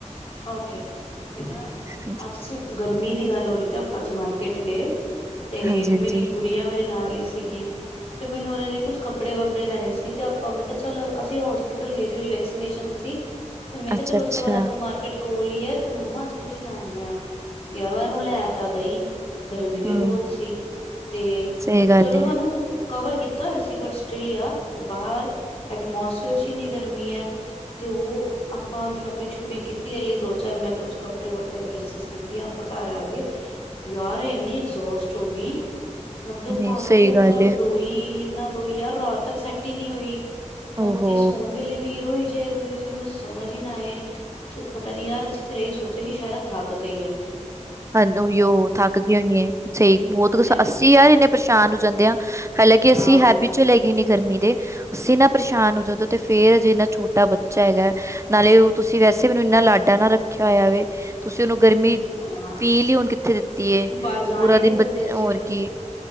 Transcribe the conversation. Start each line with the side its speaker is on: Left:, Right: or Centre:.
Left: ਓਕੇ। ਤੇ ਨਾ ਐਕਚੁਲੀ
Right: ਹਾਂਜੀ,
Left: ਅੱਜ ਅਸੀਂ, ਗਰਮੀ ਦੀ ਗੱਲ ਹੋ ਰਹੀ ਤੇ ਆਪਾਂ ਅੱਜ ਮਾਰਕੀਟ ਗਏ। ਤੇ
Right: ਹਾਂਜੀ-ਹਾਂਜੀ
Left: ਮੇਰੀ ਗੁੜੀਆ ਮੇਰੇ ਨਾਲ ਹੀ ਸੀਗੀ। ਤੇ ਮੈਨੂੰ ਉਹਦੇ ਲਈ ਕੁਛ ਕੱਪੜੇ-ਵੱਪੜੇ ਲੈਣੇ ਸੀ ਤੇ ਆਪਾਂ ਮੈਂ ਕਿਹਾ ਚੱਲ ਅਸੀਂ ਹੋਸਪਿਟਲ ਗਏ ਸੀ ਉਹਦੀ ਵੈਕਸੀਨੇਸ਼ਨ ਸੀ। ਤੇ ਮੈਂ ਕਿਹਾ,
Right: ਅੱਛਾ-ਅੱਛਾ
Left: ਚਲੋ ਉਸ ਤੋਂ ਬਾਦ ਆਪਾਂ ਮਾਰ ਤੇ ਕੋਲ ਹੀ ਹੈ ਤੇ ਮੰਮਾ ਅਸੀਂ ਕੁਛ ਲੈ ਆਨੇ ਆ, ਯਾਰ ਮੈਂ ਇਹਨੂੰ ਲੈ ਤਾਂ ਗਈ। ਗਰਮੀ ਵੀ
Right: ਹੂੰ
Left: ਬਹੁਤ ਸੀ ਤੇ
Right: ਸਹੀ
Left: ਬਟ
Right: ਗੱਲ
Left: ਚਲੋ
Right: ਏ
Left: ਮੈ ਇਹਨੂੰ ਕਵਰ ਕੀਤਾ ਹੋਇਆ ਸੀ ਬਟ ਸਟਿਲ ਯਾਰ, ਬਾਹਰ ਐਟਮੋਸਫੀਅਰ ਚ ਇੰਨੀ ਗਰਮੀ ਹੈ। ਤੇ ਉਹ ਆਪਾਂ ਸ਼ੋਪਿੰਗ- ਸ਼ੂਪਿੰਗ ਕੀਤੀ ਐਲੀ ਲਈ ਦੋ-ਚਾਰ ਮੈਂ ਕੁਛ ਕੱਪੜੇ-ਵੱਪੜੇ, ਡਰੈਸ ਲਿੱਤੀ ਆਪਾਂ ਘਰ ਆ ਗਏ। ਯਾਰ ਇੰਨੀ ਐਗਜੋਸਟ ਹੋ ਗਈ। ਮਤਲਬ
Right: ਨਹੀਂ
Left: ਘਰ ਆਕੇ
Right: ਸਹੀ
Left: ਇਨਾ
Right: ਗੱਲ ਏ
Left: ਰੋਈ-ਇੰਨਾ ਰੋਈ, ਯਾਰ ਰਾਤ ਤੱਕ ਸੈੱਟ ਹੀ ਨਹੀਂ ਹੋਈ। ਰਾਤੀ
Right: ਓਹੋ
Left: ਸੋਣ ਵੇਲੇ ਵੀ ਰੋਈ ਜੇ ਮੈਨੂੰ ਸਮਝ ਹੀ ਨਾ ਆਏ ਕਿ ਪਤਾ ਨੀ ਯਾਰ ਅਸੀਂ ਫੇਰ ਇਹੀ ਸੋਚਿਆ ਕਿ ਸ਼ਾਇਦ ਥੱਕ ਗਈ ਏ।
Right: ਹਾ ਉਹੀ ਉਹ ਥੱਕ ਗਈ ਹੋਨੀ, ਸਹੀ ਬਹੁਤ ਕੁ
Left: ਹੈ
Right: ਅੱਸੀਂ ਯਾਰ ਇੰਨੇ ਪਰੇਸ਼ਾਨ ਹੋ ਜਾਂਦੇ ਆ। ਹਾਲਾਂਕਿ,
Left: ਹਾਂ
Right: ਅਸੀਂ ਹੈਬੀਚੋਂਲ ਹੈਗੇ ਨੇ ਗਰਮੀ ਦੇ ਅਸੀਂ ਨਾ ਪਰੇਸ਼ਾਨ ਹੋ ਜਾਂਦੇ, ਤੇ ਫੇਰ ਜੇ ਇਨਾ ਛੋਟਾ ਬੱਚਾ ਹੈਗਾ। ਨਾਲੇ ਉਹ ਤੁਸੀਂ ਵੈਸੇ ਮੈਨੂੰ ਇੰਨਾ ਲਾਡਾ ਨਾ ਰੱਖਿਆ ਹੋਇਆ ਵੇ ਤੁਸੀਂ ਉਹਨੂੰ ਗਰਮੀ
Left: ਉਹੀ ਨਾ ਯਾਰ
Right: ਫੀਲ ਹੁਣ ਕਿੱਥੇ ਦਿੱਤੀ ਹੈ
Left: ਬਾਹਰ ਜਾਣ
Right: ਪੂਰਾ
Left: ਹੀ
Right: ਦਿਨ
Left: ਨੀ ਦਿੰਦੇ
Right: ਬੱਚ
Left: ਅਸੀਂ
Right: ਹੋਰ
Left: ਉਹਨੂੰ
Right: ਕੀ।